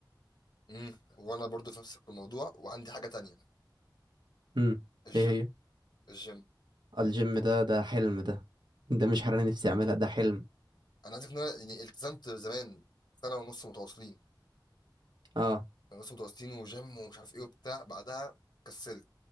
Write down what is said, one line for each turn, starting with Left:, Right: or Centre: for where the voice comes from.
Left: امم وانا برضو في نفس الموضوع وعندي حاجه تانية
Right: امم
Left: الجيم
Right: ايه هي
Left: الجيم
Right: الجيم ده ده حلم ده ده مش حاجة أنا نفسي أعملها ده حلم
Left: انا عايزك ان انا يعني التزمت زمان سنه ونص متواصلين
Right: اه
Left: سنه ونص متواصلين وجيم ومش عارف ايه وبتاع بعدها كسلت